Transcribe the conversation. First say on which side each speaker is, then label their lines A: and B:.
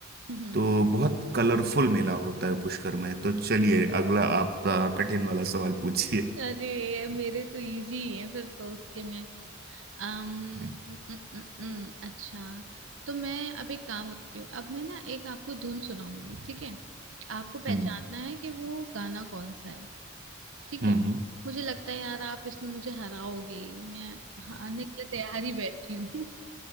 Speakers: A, on the right (about 75°); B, on the right (about 50°).
A: हम्म
B: तो बहुत कलरफुल मेला होता है पुष्कर में तो चलिए अगला आपका कठिन वाला सवाल पूछिए
A: अरे ये मेरे तो इजी ही है फिर तो उसके में अम
B: हम्म
A: उम, उम, उम, उम, अच्छा तो मैं अब एक काम करती हूँ अब मैं ना एक आपको धुन सुनाऊंगी ठीक है आपको पहचानना
B: हम्म
A: है कि वो गाना कौन सा है ठीक
B: हम्म।
A: है मुझे लगता है यार आप इसमें मुझे हराओगे ही। मैं हारने के लिए तैयार ही बैठी हूँ